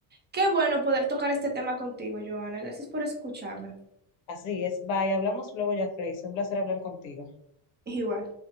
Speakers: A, on the right; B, on the left.
A: qué bueno poder tocar este tema contigo, Joana. Gracias por escucharme.
B: Así es, bye, hablamos luego ya, Frey, es un placer hablar contigo.
A: Igual.